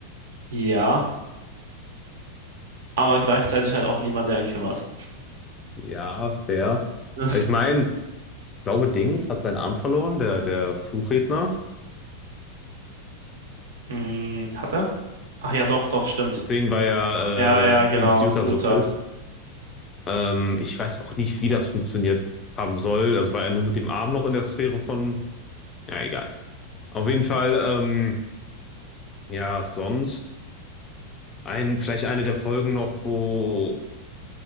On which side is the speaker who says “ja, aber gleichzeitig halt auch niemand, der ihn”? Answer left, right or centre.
Right